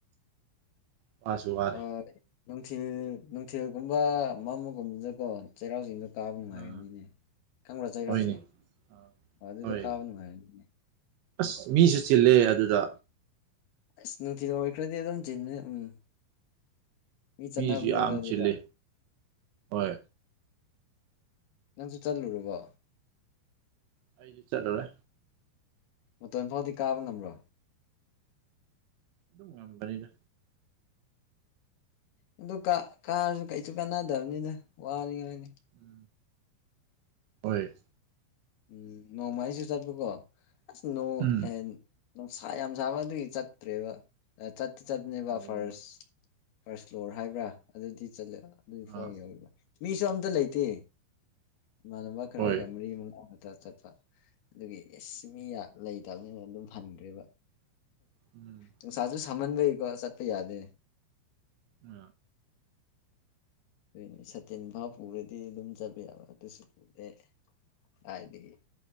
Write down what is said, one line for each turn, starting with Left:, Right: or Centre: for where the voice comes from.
Right: ꯋꯥꯁꯨ ꯋꯥꯔꯦ
Left: ꯑ ꯅꯨꯡꯊꯤꯜ ꯅꯨꯡꯊꯤꯜꯒꯨꯝꯕ ꯃꯝꯃꯒꯨꯝꯕꯖꯦꯀꯣ ꯆꯩꯔꯥꯎꯆꯤꯡꯗꯣ ꯀꯥꯕ ꯅꯨꯡꯉꯥꯏꯔꯅꯤꯅꯦ
Right: ꯑꯥ
Left: ꯈꯪꯕ꯭ꯔꯥ ꯆꯩꯔꯥꯎꯆꯦ
Right: ꯍꯣꯏꯅꯦ ꯑꯥ
Left: ꯑꯣ ꯑꯗꯨꯗ
Right: ꯍꯣꯏ
Left: ꯀꯥꯕ ꯅꯨꯡꯉꯥꯏꯅꯦꯕ
Right: ꯑꯁ ꯃꯤꯁꯨ ꯆꯤꯜꯂꯦ ꯑꯗꯨꯗ
Left: ꯑꯁ ꯅꯨꯡꯊꯤꯜ ꯑꯣꯏꯈ꯭ꯔꯗꯤ ꯑꯗꯨꯝ ꯆꯤꯟꯕꯅꯦ ꯎꯝ ꯃꯤ ꯆꯠꯅꯕꯅꯦꯕ
Right: ꯃꯤꯁꯨ ꯌꯥꯝ
Left: ꯑꯗꯨꯗ
Right: ꯆꯤꯜꯂꯤ ꯍꯣꯏ
Left: ꯅꯪꯁꯨ ꯆꯠꯂꯨꯨꯔꯕꯣ
Right: ꯑꯩꯁꯨ ꯆꯠꯂꯨꯔꯦ
Left: ꯃꯇꯣꯟ ꯐꯥꯎꯗꯤ ꯀꯥꯕ ꯉꯝꯕ꯭ꯔꯣ
Right: ꯑꯗꯨꯝ ꯉꯝꯕꯅꯤꯗ
Left: ꯎ ꯑꯗꯨ ꯀꯥ ꯀꯥꯔꯁꯨ ꯀꯩꯁꯨ ꯀꯥꯟꯅꯗꯕꯅꯤꯗ ꯋꯥꯅꯤꯡꯉꯥꯏꯅꯤ
Right: ꯎꯝ ꯍꯣꯏ
Left: ꯎꯝ ꯅꯣꯡꯃ ꯑꯩꯁꯨ ꯆꯠꯄꯀꯣ ꯑꯁ ꯅꯣꯡ
Right: ꯎꯝ
Left: ꯑꯦ ꯅꯨꯡꯁꯥ ꯌꯥꯝ ꯁꯥꯕ ꯑꯗꯨꯒꯤ ꯆꯠꯇ꯭ꯔꯦꯕ ꯑ ꯆꯠꯇꯤ ꯆꯠꯄꯅꯦꯕ
Right: ꯑꯣ
Left: ꯐꯥꯔꯁ ꯐꯥꯔꯁ ꯐ꯭ꯂꯣꯔ ꯍꯥꯏꯕ꯭ꯔꯥ ꯑꯗꯨꯗꯤ ꯆꯠꯂꯦ ꯑꯗꯨꯏꯐꯥꯎ
Right: ꯑꯥ
Left: ꯌꯧꯔꯤꯕ ꯃꯤꯁꯨ ꯑꯝꯇ ꯂꯩꯇꯦ ꯏꯃꯥꯟꯅꯕ ꯈꯔꯒ
Right: ꯍꯣꯏ
Left: ꯃꯔꯤ ꯃꯉꯥ ꯇ ꯆꯠꯄ ꯑꯗꯨꯒꯤ ꯑꯦꯁ ꯃꯤꯌꯥ ꯂꯩꯇꯕꯅꯤꯅ ꯑꯗꯨꯝ ꯍꯟꯈ꯭ꯔꯦꯕ
Right: ꯎꯝ
Left: ꯅꯨꯡꯁꯥꯁꯨ ꯁꯃꯟꯕꯩꯀꯣ ꯆꯠꯄ ꯌꯥꯗꯦ
Right: ꯎ
Left: ꯑꯗꯨꯏꯅꯦ ꯁꯇꯤꯟ ꯐꯥꯎ ꯄꯨꯔꯗꯤ ꯑꯗꯨꯝ ꯆꯠꯕ ꯌꯥꯕ ꯑꯗꯨꯁꯨ ꯄꯨꯗꯦ ꯀꯥꯏꯗꯒꯤ